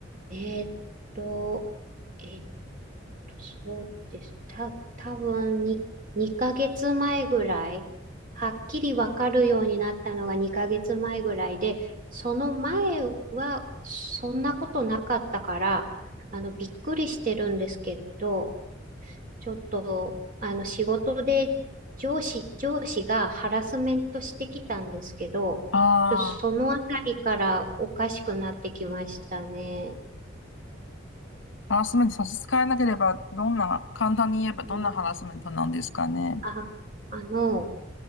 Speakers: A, on the right; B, on the left.
A: えーっと、えーっと、そうです。た、多分に2ヶ月前ぐらい、はっきりわかるようになったのが2ヶ月前ぐらいで、その前はそんなことなかったから、あの、びっくりしてるんですけど、ちょっと、あの、仕事で上司、上司がハラスメントしてきたんですけど、
B: ああ
A: ちょっとそのあたりからおかしくなってきましたね。
B: ハラスメント差し支えなければ、どんな、簡単に言えばどんなハラスメントなんですかね。
A: うん。あ、あの、